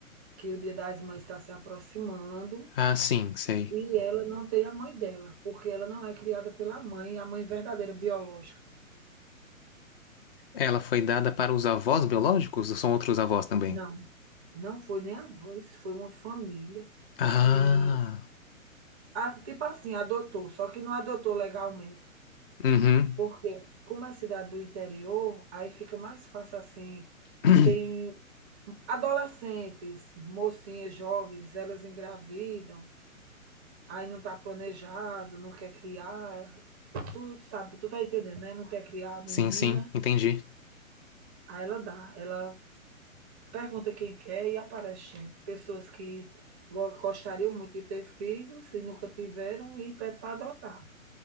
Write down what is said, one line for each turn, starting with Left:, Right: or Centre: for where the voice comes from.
Right: que o Dia das Mães está se aproximando
Left: Ah, sim, sei.
Right: e ela não tem a mãe dela, porque ela não é criada pela mãe, é a mãe verdadeira biológica.
Left: Ela foi dada para os avós biológicos ou são outros avós também?
Right: Não. Não foi nem avós, foi uma família
Left: Ah,
Right: que, a- tipo assim, adotou, só que não adotou legalmente.
Left: uhum.
Right: Porque, como é cidade do interior, aí fica mais fácil assim.
Left: <clears throat>
Right: Tem adolescentes, mocinhas jovens, elas engravidam, aí não está planejado, não quer criar, tu sabe, tu tá entendendo, né? Não quer criar a menina,
Left: Sim, sim, entendi.
Right: aí ela dá, ela Pergunta quem quer e aparece gente. Pessoas que go- gostariam muito de ter filhos e nunca tiveram e pede para adotar.